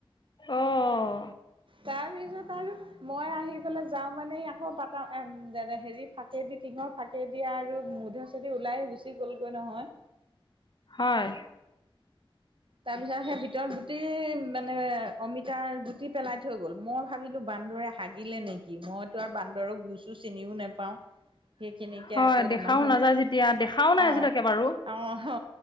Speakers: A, on the left; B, on the right.
A: অঁ
B: তাৰপিছত আৰু, মই আহি পেলাই যাওঁ মানে আকৌ ব হেৰি ফাঁকে দি টিঙৰ ফাঁকে দিয়া আৰু মুধ চধ ওলাই গুচি গলগৈ নহয়।
A: হয়।
B: তাৰ পিছত সেই ভিতৰত গুটি মানে অমিতাৰ গুটি পেলাই থৈ গল মই ভাবিলো। বান্দৰে হাগিলে নেকি মই তো আৰু বান্দৰক গোছো চিনিও নোপাও। সেইখিনিকে
A: হয়
B: আকৌ
A: দেখাও
B: ধুমা ধুম
A: নাযায় যেতিয়া দেখাও নাই
B: অ,
A: আজিলৈকে বাৰু
B: অ অ